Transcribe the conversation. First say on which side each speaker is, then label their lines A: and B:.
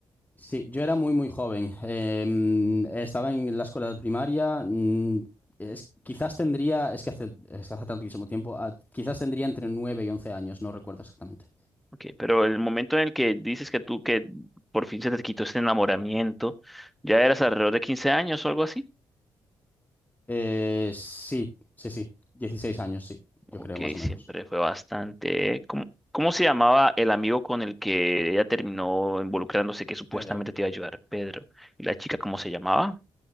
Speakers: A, on the left; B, in the centre.
A: Sí, yo era muy, muy joven. Em, estaba en la escuela primaria. mm, es- quizás tendría, es que hace, es que hace tantísimo tiempo, ah, quizás tendría entre 9 y once años, no recuerdo exactamente.
B: Ok, pero el momento en el que dices que tú que por fin se te quitó ese enamoramiento, ¿ya eras alrededor de 15 años o algo así?
A: Eh, sí, sí, sí, Dieciséis años, sí, yo
B: Ok,
A: creo más o
B: siempre
A: menos.
B: fue bastante. ¿Cómo, cómo se llamaba el amigo con el que ella terminó involucrándose que supuestamente
A: Pedro,
B: te iba a ayudar? Pedro. ¿Y la chica cómo se llamaba?